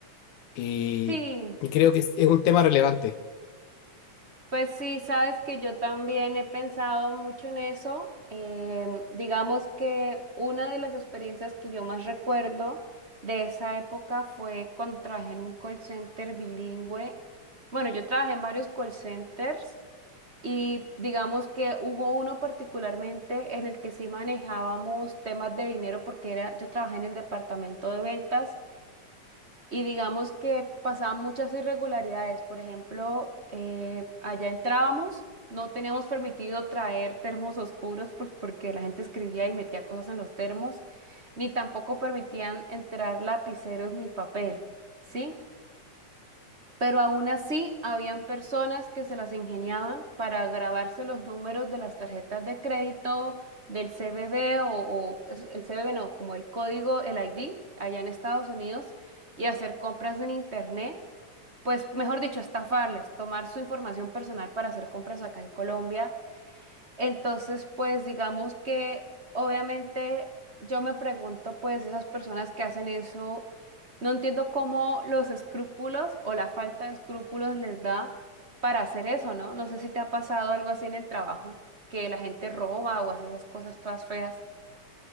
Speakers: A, on the left; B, on the right.
A: y,
B: Sí,
A: y creo que es, es un tema relevante.
B: pues sí, sabes que yo también he pensado mucho en eso. Em, digamos que una de las experiencias que yo más recuerdo de esa época fue cuando trabajé en un call center bilingüe. Bueno, yo trabajé en varios call centers y digamos que hubo uno particularmente en el que sí manejábamos temas de dinero porque era, yo trabajé en el departamento de ventas. y digamos que pasaban muchas irregularidades. Por ejemplo, eh, allá entrábamos, no teníamos permitido traer termos oscuros pues, porque la gente escribía y metía cosas en los termos, ni tampoco permitían entrar lapiceros ni papel, ¿sí? Pero aún así, habían personas que se las ingeniaban para grabarse los números de las tarjetas de crédito del CBB o, o es- el CBB no, como el código, el ID, allá en Estados Unidos, y hacer compras en Internet. Pues, mejor dicho, estafarles, tomar su información personal para hacer compras acá en Colombia entonces, pues digamos que obviamente yo me pregunto, pues esas personas que hacen eso, no entiendo cómo los escrúpulos o la falta de escrúpulos les da para hacer eso, ¿no? No sé si te ha pasado algo así en el trabajo, que la gente roba o hace esas cosas todas feas.